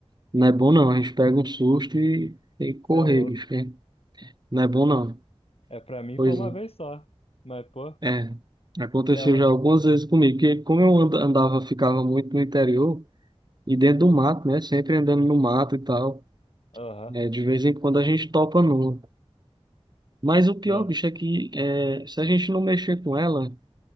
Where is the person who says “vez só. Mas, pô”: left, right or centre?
Left